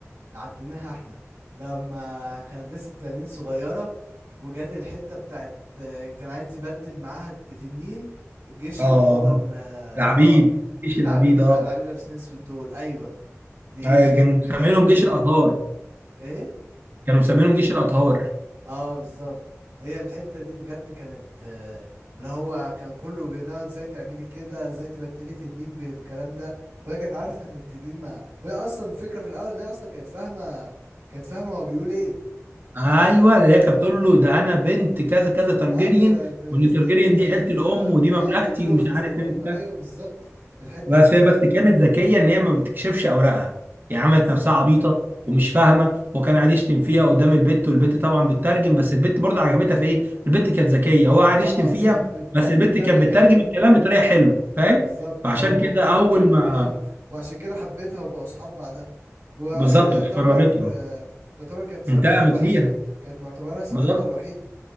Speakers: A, on the right; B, on the right.
A: عديناها احنا لما كان لسه التنانين صغيرة وجات الحتة بتاعت آه، كان عايز يبدل معاها بتنين الجيش
B: اه
A: اللي هو ال اه
B: العبيد مفيش
A: العبيد
B: العبيد
A: العبيد
B: اه
A: لابسين اسود دول ايوه دي
B: آه، كانوا مسمينهم
A: بجد
B: جيش
A: آه،
B: الاطهار
A: ايه
B: كانوا مسمينهم جيش الاطهار
A: اه بالظبط هي الحتة دي بجد كانت آه، اللي هو كان كله بيقولها ازاي تعملي كده ازاي تبدلي تنين بالكلام ده وهي كانت عارفة ان التنين ما وهي اصلا الفكرة في الاول ان هي اصلا كانت فاهمة كانت فاهمة هو بيقول ايه
B: ايوه اللي هي كانت بتقول له ده انا بنت كذا كذا ترجيريان
A: اه ده تنريس
B: وان ترجيريان
A: تارجيريانز
B: دي عيله الام
A: ده
B: ودي مملكتي
A: اه ودي لغة
B: ومش عارف
A: الأم
B: ايه وبتاع
A: أيوه بالظبط الحتة
B: بس
A: دي
B: هي بس كانت ذكيه ان هي ما بتكشفش اوراقها هي عملت
A: بالظبط
B: نفسها عبيطه ومش فاهمه وكان قاعد يشتم فيها قدام البت والبت طبعا بتترجم بس البت برضه عجبتها في ايه؟ البت كانت ذكيه هو قاعد
A: اه
B: يشتم فيها
A: كانت بتتكلم
B: بس البت كانت بتترجم
A: حلو
B: الكلام بطريقه حلوه فاهم؟
A: بالظبط
B: فعشان
A: اه وكانت
B: كده
A: بتتكلم
B: اول ما
A: حلو وعشان كده حبيتها وبقوا صحاب بعدها وأصلا
B: بالظبط
A: يعتبر
B: وحررتها
A: آه، يعتبر كانت صاحبتها
B: انتقمت
A: الوحيدة
B: ليها
A: كانت معتبرها صاحبتها
B: بالظبط
A: الوحيدة